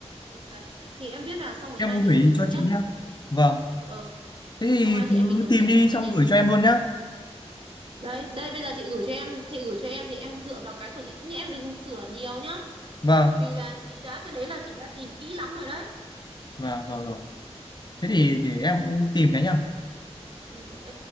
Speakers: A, on the right; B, on the left.
A: ừ đấy thì em biết là xong rồi
B: em
A: hai
B: cũng
A: chị
B: gửi
A: em mình
B: cho
A: thống nhất
B: chị nhá. Vâng.
A: ừ
B: Thế thì
A: xong hai chị
B: cứ
A: em mình thống
B: tìm
A: nhất
B: đi
A: xem
B: xong
A: là như thế
B: gửi
A: nào
B: cho em luôn nhá.
A: đấy đây bây giờ chị gửi cho em chị gửi cho em thì em dựa vào cái của chị nhưng em đừng sửa nhiều nhá
B: Vâng.
A: vì là chị đã cái đấy là chị đã tìm kỹ lắm rồi đấy
B: Vâng rồi rồi. Thế thì để em cũng tìm cái nhá.
A: ừ ok